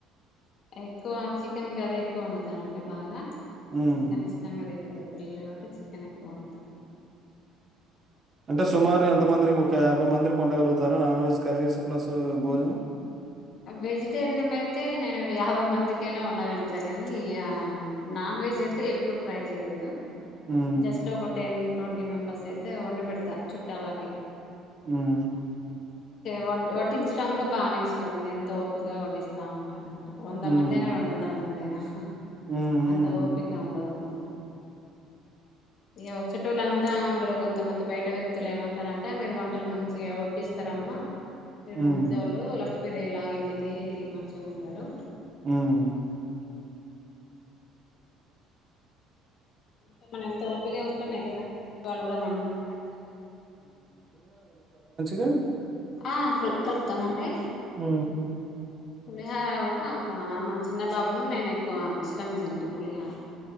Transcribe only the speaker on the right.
ఉమ్
అంటే సుమారు ఎంతమందిరీకి ఒక యాభై మందిరీకి వందగలుగుతారా నాన్ వెజ్ కర్రీస్ ప్లస్ భోజనం
హ్మ్
మ్మ్
హ్మ్
హ్మ్ హ్మ్
హ్మ్
మ్మ్
గా
అ